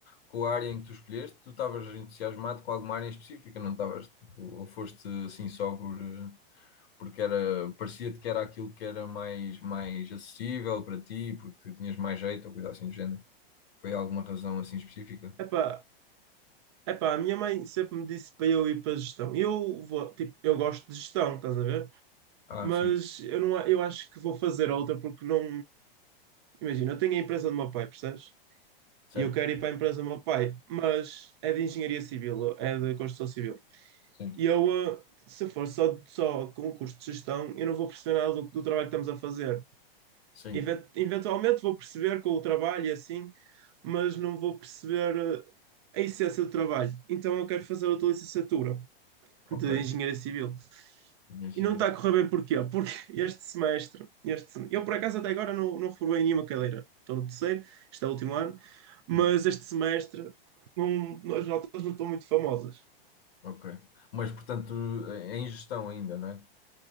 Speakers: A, on the left (about 85°); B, on the right (about 30°).
A: com a área em que tu escolheste? Tu estavas entusiasmado com alguma área em específica, não estavas? Tipo, ou foste assim só por, eh, porque era, parecia-te que era aquilo que era mais, mais acessível para ti, porque tinhas mais jeito ou coisa assim do género? Foi alguma razão assim específica?
B: Epá, epá, a minha mãe sempre me disse para eu ir para a gestão. E Eu vou, tipo, eu gosto de gestão, estás a ver?
A: Ah,
B: Mas
A: sim,
B: eu não, a- eu acho que vou fazer outra porque não. Imagina, eu tenho a empresa do meu pai, percebes?
A: certo.
B: E eu quero ir para a empresa do meu pai, mas é de engenharia civil, é de construção civil.
A: Sim,
B: E eu, eh, se for só, só com o curso de gestão, eu não vou perceber nada do, do trabalho que estamos a fazer.
A: sim,
B: Even- Eventualmente vou perceber com o trabalho e assim, mas não vou perceber eh, a essência do trabalho. Então eu quero fazer outra licenciatura
A: ok.
B: de Engenharia Civil.
A: Engenharia
B: E não está
A: civil,
B: a correr bem porquê? Porque <laughs> este semestre, este, sem- eu por acaso até agora não, não reprobei nenhuma cadeira. Estou no terceiro, este é o último ano, mas
A: sim,
B: este semestre não, as notas não estão muito famosas.
A: ok. Mas, portanto, é em gestão ainda, não é?